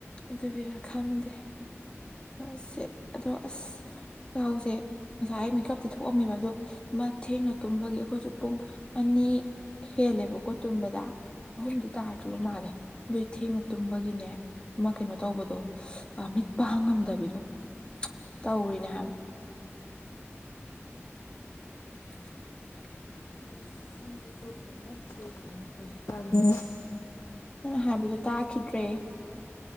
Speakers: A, on the left (about 20°); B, on the left (about 80°).
A: ꯑꯗꯨꯒꯤꯔ ꯈꯪꯗꯦ ꯍꯣꯏꯁꯦ ꯑꯗꯣ ꯑꯁ ꯌꯥꯎꯁꯦ ꯉꯁꯥꯏ ꯑꯩ ꯃꯤꯀꯞꯇꯤ ꯊꯣꯛꯑꯝꯃꯦꯕ ꯑꯗꯣ ꯃꯥ ꯊꯦꯡꯅ ꯇꯨꯝꯕꯒꯤ ꯑꯩꯈꯣꯏꯁꯨ ꯄꯨꯡ ꯑꯅꯤ ꯍꯦꯜꯂꯦꯕꯀꯣ ꯇꯨꯝꯕꯗ ꯑꯍꯨꯝꯗꯤ ꯇꯥꯗ꯭ꯔꯤꯕ ꯃꯥꯜꯂꯦ ꯑꯗꯨꯏ ꯊꯦꯡꯅ ꯇꯨꯝꯕꯒꯤꯅꯦ ꯑꯃꯥ ꯀꯩꯅꯣ ꯇꯧꯕꯗꯣ ꯃꯤꯠ ꯄꯥꯡꯉꯝꯗꯕꯤꯗꯣ ꯇꯧꯔꯤꯅꯦ ꯍꯥꯏꯕ <inaudible>
B: ꯑꯁ ꯁꯝꯖꯤꯖꯨ ꯐꯖꯅ ꯀꯦꯟꯂꯦꯍꯦ ꯍꯧꯖꯤꯛꯀꯟꯗꯤ
A: ꯅꯪ ꯍꯥꯏꯕꯗꯨ ꯇꯥꯈꯤꯗ꯭ꯔꯦ